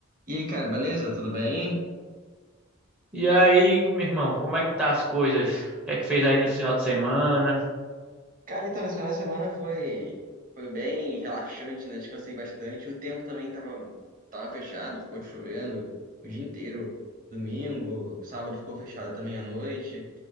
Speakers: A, on the right; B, in the centre.
A: E aí, cara, beleza? Tudo bem?
B: E aí, meu irmão, como é que tá as coisas? O que é que fez aí no final de semana?
A: Cara, então, esse final de semana foi, foi bem relaxante, né? Descansei bastante. O tempo também tava, tava fechado, ficou chovendo o dia inteiro. Domingo, sábado ficou fechado também à noite.